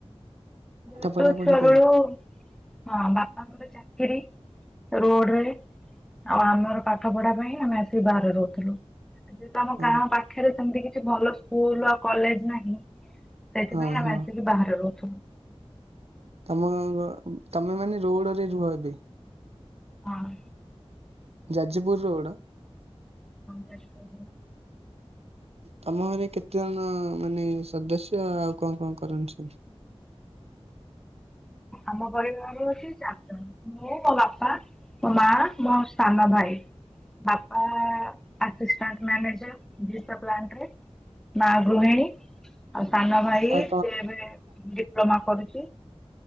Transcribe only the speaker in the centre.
ଯେହେତୁ
ଛୁଆ
ବେଳୁ ହଁ ବାପାଙ୍କର ଚାକରି ରୋଡ଼ରେ ଆଉ ଆମର ପାଠ ପଢା ପାଇଁ ଆମେ ଆସିକି ବାହାରେ ରହୁଥିଲୁ। ଆଉ ଯେହେତୁ ଆମ
ଗାଁ ପାଖରେ ସେମତି କିଛି ଭଲ ସ୍କୁଲ ଆଉ କଲେଜ ନାହିଁ। ସେଇଥିପାଇଁ
ଆମେ
ଆସିକି ବାହାରେ ରହୁଥୁନୁ।
ହଁ।
ଯାଜପୁରରେ।
ଆମ ପରିବାରୁ ଅଛି ଚାରି ଜଣ ମୁଁ ମୋ ବାପା ମୋ ମାଆ ମୋ ସାନଭାଇ। ବାପା ଆସିଷ୍ଟାଣ୍ଟ ମ୍ୟାନେଜର ଦିଟା ପ୍ଲାଣ୍ଟରେ। ମା ଗୃହିଣୀ ଆଉ ସାନ ଭାଇ
ସିଏ ଏବେ ଡିପ୍ଲୋମା କରୁଚି।